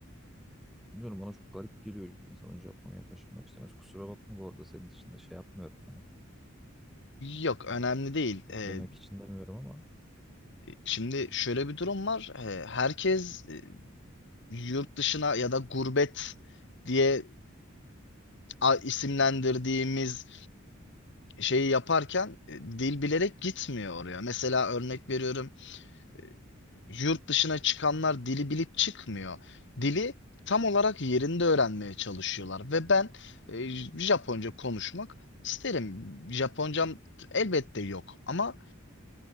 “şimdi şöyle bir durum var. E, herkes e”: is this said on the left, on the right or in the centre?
Left